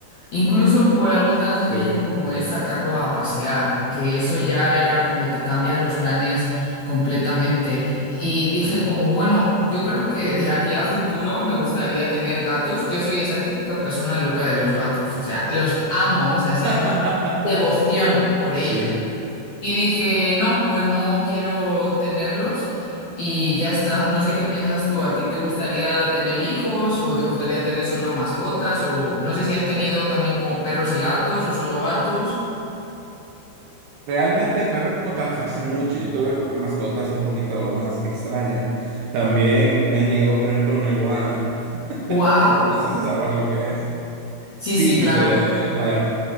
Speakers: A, on the left; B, on the right.
A: Incluso por algo tan sencillo
B: Sí.
A: como es sacarlo a pasear, que eso ya era como te cambian los planes completamente. Y dije como, bueno, yo creo que de aquí a futuro me gustaría tener gatos. Yo soy esa típica persona loca de los gatos, o sea, los amo, o sea, siento
B: <laughs>
A: devoción por
B: Sí,
A: ellos. Y dije, no, pues no quiero tenerlos y ya está. No sé qué piensas tú. ¿A ti te gustaría tener hijos o te gustaría tener solo mascotas? O no sé si has tenido también como perros y gatos o solo gatos.
B: Realmente perro como tal fue hace mucho. Yo tuve mascotas un poquito más extrañas. También me han llegado, por ejemplo, una iguana. <laughs>
A: ¡Wow!
B: No sé si sabrás lo que es. Sí,
A: Sí, sí, claro.
B: se, la, llam-